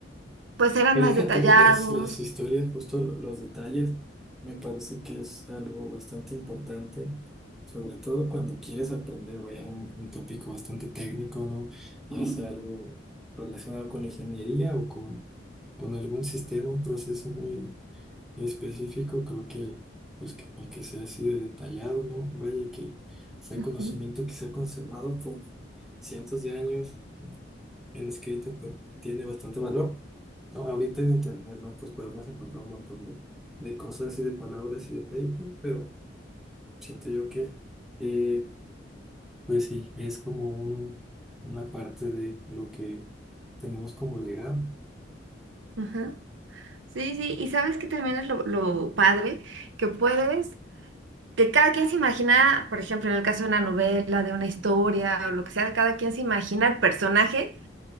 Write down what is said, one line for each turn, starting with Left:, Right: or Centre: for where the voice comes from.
Right: pues eran
Centre: Y deja
Right: más detallados.
Centre: tú las, las historias, justo lo- los detalles, me parece que es algo bastante importante, sobre todo cuando quieres aprender, vaya, un, un tópico bastante técnico, ¿no? Ya sea algo relacionado con la ingeniería o con, con algún sistema, un proceso muy específico, creo que pues que, el que sea así de detallado, ¿no? Vaya, y que sea
Right: Ujú.
Centre: conocimiento que se ha conservado por cientos de años en escrito, pues tiene bastante valor. No, ahorita en internet, ¿no? Pues podemos encontrar un montón de, de cosas y de palabras y de papers, pero siento yo que, eh, pues sí, es como un- una parte de lo que tenemos como legado.
Right: Ajá. Sí, sí, y sabes que también es lo, lo padre que puedes, que cada quien se imagina, por ejemplo, en el caso de una novela, de una historia o lo que sea, cada quien se imagina el personaje